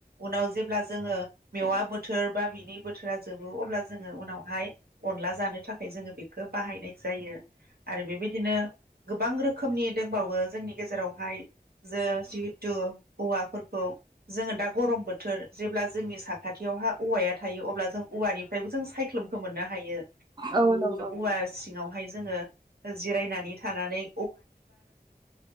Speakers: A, on the right; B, on the right.
A: उनाव जेब्ला जोंङो मेवा बोथोर बा बिनि बोथोरा जोबो अब्ला जोंङो उनावहाय अनला जानो थाखाय जोंङो बे खो बाहायनाय जायो। आरो बेबायदिनो गोबां रोखोमनि दंबावो । जोंनि गेजेरावहाय । जो जितु औवाफोरखौ जोङो दा गरम बोथोर जेब्ला जोंनि साखाथियावहा औवाया थायो अब्ला जों औवानिफ्रायबो जों सायख्लुमखौ मोननो हायो हायो ।
B: औ नंगौ ।
A: औवा सिङावहाय जोङो जिरायनानै